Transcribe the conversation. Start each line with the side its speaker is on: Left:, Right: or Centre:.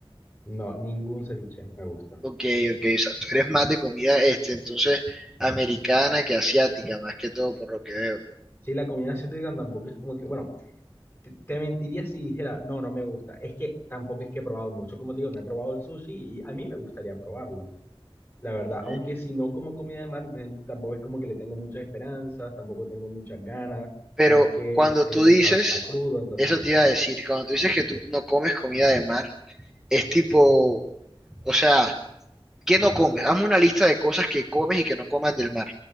Left: No, ningún ceviche me gusta.
Centre: Ok, ok, o sea, tú eres más de comida, este, entonces, americana que asiática, más que todo, por lo que veo.
Left: Sí, la comida asiática tampoco es como que, bueno. Te te mentiría si dijera, no, no me gusta. Es que tampoco es que he probado mucho. Como te digo, no he probado el sushi y a mí me gustaría probarlo, la verdad.
Centre: ¿ok?
Left: Aunque si no como comida de mar, entonces tampoco es como que le tengo muchas esperanzas, tampoco tengo muchas ganas.
Centre: Pero
Left: Además que
Centre: cuando
Left: el
Centre: tú
Left: pescado
Centre: dices,
Left: está crudo, entonces,
Centre: eso te iba a decir, cuando tú dices que tú no comes comida de mar, es tipo, o sea, ¿qué no comes? Hazme una lista de cosas que comes y que no comas del mar.